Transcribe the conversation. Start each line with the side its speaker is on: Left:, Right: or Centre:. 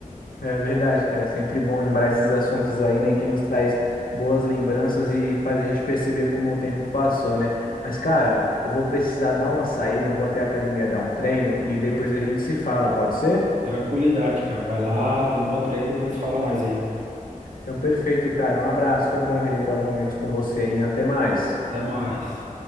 Left: É verdade, cara. é Sempre bom lembrar esses assuntos aí, né, que nos traz boas lembranças e faz a gente perceber como o tempo passou, né? Mas, cara, eu vou precisar dar uma saída, eu vou até a academia dar um treino e depois
Right: Ah,
Left: a gente se fala, pode ser?
Right: tranquilidade, cara, vai lá, tem um bom treino, depois a gente fala mais aí.
Left: Então, perfeito, cara. Um abraço. Foi bom relembrar os momentos com você, hein? Até mais.
Right: Até mais.